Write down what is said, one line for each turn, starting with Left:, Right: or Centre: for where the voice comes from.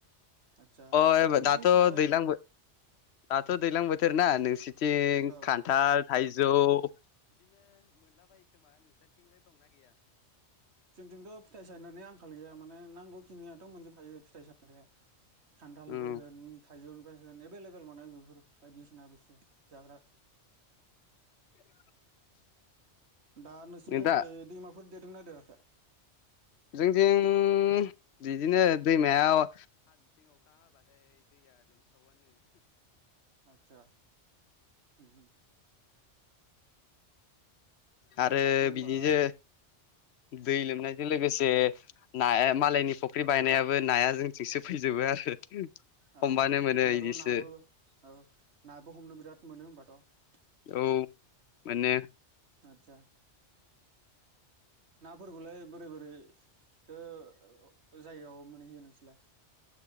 Right: आदसा
Left: अ
Right: नोंथां
Left: दाथ'
Right: मिथिनाय
Left: दैज्लां दाथ' दै्लां बोथो नोंसोर दखान्थाल
Right: औ
Left: थाइजौ। ओ
Right: जोंथिं थ' फिथाइ सायनानै आंखाल गैया म नांगौ खनिथ' मोनजोबायो फिथ साम खान्थालनिफ्राय
Left: उम
Right: बैय एभेलेबेल मोन बेफोर बायदिसिना बुस्थु जाग्रा
Left: <unintelligible>
Right: दा नोंसिनिजों
Left: दा
Right: ओरै दैमाफोर देरदों ना देराखै
Left: जोंथिं बिदिनो दैमायाव।
Right: आतसा उ उ
Left: आरो
Right: दाथ' होमबा
Left: बिदि जो दै लोमनाय बेजों लोगोसे नाया मालायनि फुख्रि बायनायाबो नाया जोंनिथिंसो फैजोबो आरो
Right: औ
Left: हमबानो
Right: होनोमबाथ'
Left: मोनो इदिसो
Right: नाबो औ नाबो हमनो बिराद मोनो हबाथ'
Left: औ माने
Right: आतस नाफोरखौलाय बोरै बोरै ' जायगायाव मोनहैहैयो नोंसोरलाय